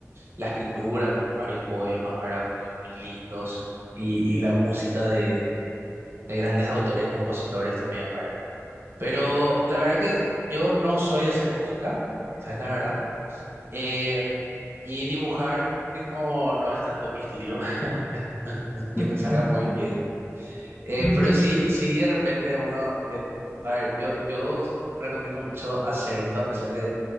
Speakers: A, on the right (about 50°); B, on the left (about 15°).
A: la escritura, con varios poemas, ¿verdad? Muy, muy lindos, y, y la música de, de grandes autores y compositores también, ¿verdad? Pero la verdad que yo no soy de hacer música, esa es la verdad. Eh, y dibujar como que no, no es tanto mi estilo, <laughs> no es que
B: Ujú,
A: me salga
B: ujú,
A: muy bien. Eh,
B: ujú,
A: pero sí, sí de repente uno, eh, a ver, yo, yo s- recomiendo mucho hacer esto, a pesar que